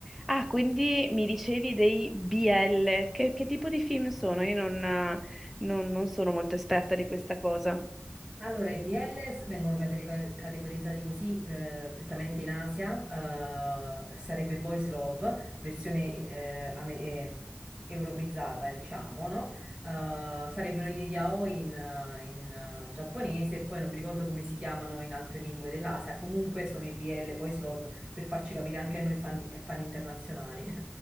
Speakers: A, in the centre; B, on the right (about 25°).
A: Ah, quindi mi dicevi dei BL. Che, che tipo di film sono? Io non, eh, non- non sono molto esperta di questa cosa.
B: Allora, i BL vengono cateri- categorizzati così eh, prettamente in Asia, eh, sarebbe Boys Love, versione eh, ame- eh, europeizzata, eh, diciamo, no? Eh, sarebbero gli yaoi in, eh, in, eh, giapponese, e poi non mi ricordo come si chiamano in altre lingue dell'Asia, comunque sono i BL, Boys Love, per farci capire anche a noi fan, fan internazionali.